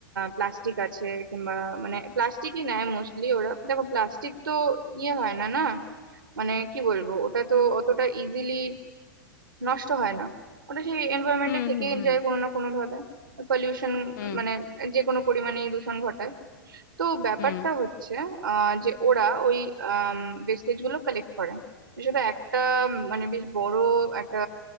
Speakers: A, on the right; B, on the left.
A: প্লাস্টিক আছে কিংবা মানে প্লাস্টিকই নেয় মোস্টলি ওরা দেখো প্লাস্টিক তো ইয়ে হয় না না মানে কি বলবো ওটা তো অতটা ইজিলি নষ্ট হয় না ওটা সেই এনভায়রনমেন্টে
B: হুম
A: থেকেই
B: হুম হুম
A: যায় কোনো না কোনো ভাবে পলিউশন
B: হুম
A: মানে যে কোনো পরিমাণে দূষণ ঘটায় তো ব্যাপারটা
B: হুম
A: হচ্ছে আহ, যে ওরা ওই ওয়েস্টেজ গুলো কালেক্ট করে সেটা একটা উম, মানে বেশ বড় একটা